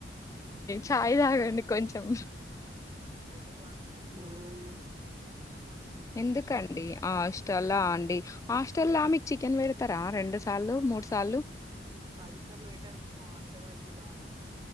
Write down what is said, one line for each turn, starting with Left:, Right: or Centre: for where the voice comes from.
Left: సాయ్ తాగండి కొంచెం
Right: ఊ బయటకు అ <unintelligible>
Left: ఎందుకండి హాస్టల్ ఆ అండి హాస్టల్ల ఆ మీకు చికెన్ పెడతారా రెండు సార్లు మూడు సార్లు
Right: ఊ పదిసార్లు పెట్టేందుకు మా అత్తగారిలు కాదు ఇది